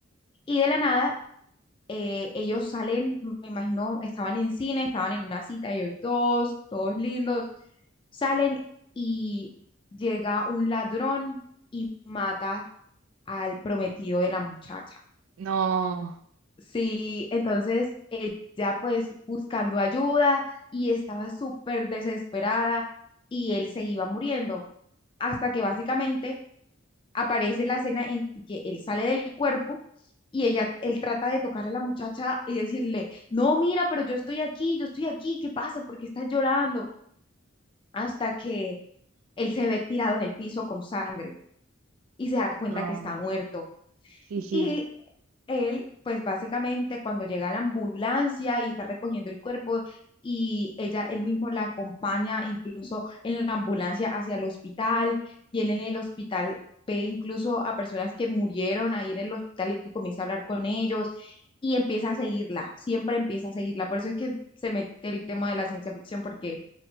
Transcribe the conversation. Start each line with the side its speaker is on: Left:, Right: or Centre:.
Left: Y de la nada, eh, ellos salen, me imagino, estaban en cine, estaban en una cita, ellos dos, todos lindos, salen y llega un ladrón y mata al prometido de la muchacha.
Right: No,
Left: Sí, entonces ella pues buscando ayuda y estaba súper desesperada y él se iba muriendo hasta que básicamente aparece la escena en que él sale del cuerpo y ella, él trata de tocar a la muchacha y decirle, no, mira, pero yo estoy aquí, yo estoy aquí, ¿qué pasa? ¿Por qué estás llorando? Hasta que él se ve tirado en el piso con sangre y se da cuenta
Right: no,
Left: que está muerto.
Right: sí, sí.
Left: Y él, pues básicamente cuando llega la ambulancia y está recogiendo el cuerpo y ella, él mismo la acompaña incluso en la ambulancia hacia el hospital y él en el hospital ve incluso a personas que murieron ahí en el hospital y comienza a hablar con ellos y empieza a seguirla, siempre empieza a seguirla. Por eso es que se mete el tema de la ciencia ficción porque